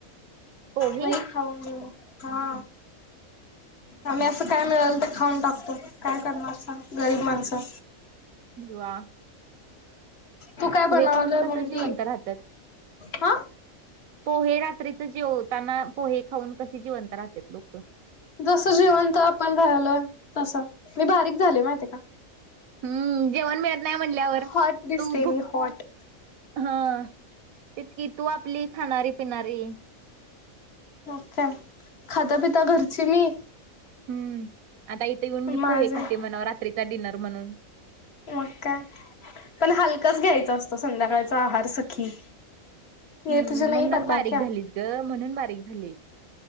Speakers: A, on the right; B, on the left.
A: पोहे
B: वई खाऊन घेऊ, हा. आम्ही असं काय मिळल ते खाऊन टाकतो, काय करणार सांग गरीब माणसं.
A: दुवा.
B: तू काय बनवलं
A: खाऊन कसं
B: म्हणली?
A: जिवंत राहतात.
B: हां.
A: पोहे रात्रीच जेवताना पोहे खाऊन कसे जिवंत राहतेत लोकं.
B: जसं जिवंत आपण राहिलोय तसं, मी बारीक झाले माहितीे का?
A: हम्म, जेवण मिळत नाही म्हणल्यावर
B: हॉट दिसते
A: तू भूक
B: मी हॉट
A: हां, तेच की तू आपली खाणारी पिणारी.
B: हो काय, खात्या पित्या घरची मी.
A: हम्म, आता इथे येऊन मी
B: माझे
A: पोहे खाते म्हणाव रात्रीचा डिनर म्हणून.
B: मग काय, पण हलकाच घ्यायचा असतो संध्याकाळचा आहार सखी.
A: हम्म,
B: ये तुझे नाही
A: म्हणूनच
B: पता
A: बारीक
B: क्या
A: झालीस ग, म्हणून बारीक झालीस.